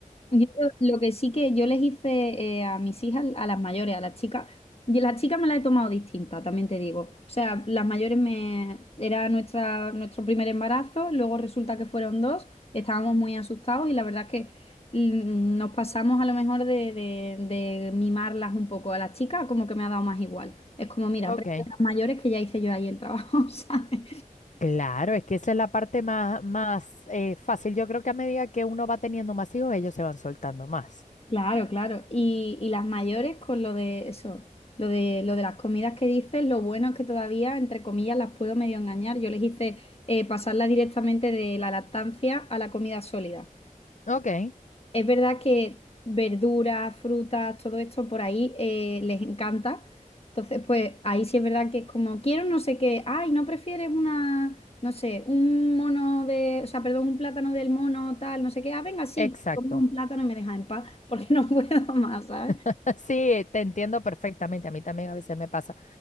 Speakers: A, on the left; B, on the left.
A: Yo lo que sí que yo les hice eh, a mis hijas, a las mayores, a las chicas, y las chicas me las he tomado distinta, también te digo. O sea, las mayores me era nuestra, nuestro primer embarazo, luego resulta que fueron dos, estábamos muy asustados y la verdad es que mm, nos pasamos a lo mejor de, de- de mimarlas un poco. A las chicas como que me ha dado más igual. Es como, mira,
B: Ok.
A: aprende a las mayores que ya hice yo ahí el trabajo, <laughs> ¿sabes?
B: Claro, es que esa es la parte más, más eh, fácil. Yo creo que a medida que uno va teniendo más hijos, ellos se van soltando más.
A: Claro, claro. Y, y las mayores con lo de eso, lo de, lo de las comidas que dices, lo bueno es que todavía, entre comillas, las puedo medio engañar. Yo les hice eh, pasarla directamente de la lactancia a la comida sólida.
B: Ok,
A: Es verdad que verduras, frutas, todo esto por ahí eh, les encanta. Entonces, pues ahí sí es verdad que es como, quiero no sé qué, ay, ¿no prefieres una, no sé, un mono de, o sea, perdón, un plátano del mono tal, no sé qué? Ah, venga, sí,
B: exacto.
A: pues, como un plátano y me dejas en paz porque <laughs> no puedo más, ¿sabes?
B: <laughs> Sí, te entiendo perfectamente. A mí también a veces me pasa.